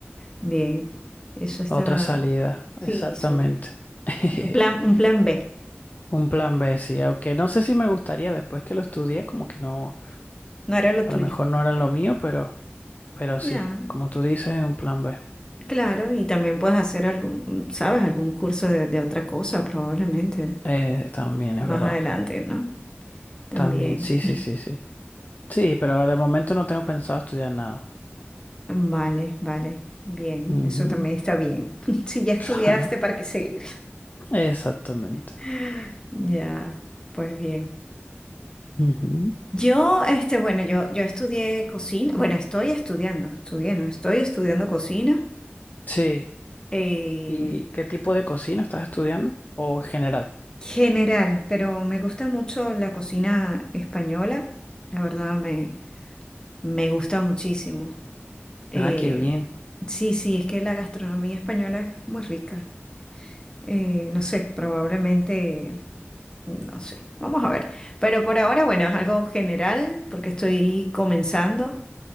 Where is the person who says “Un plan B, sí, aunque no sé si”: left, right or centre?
Left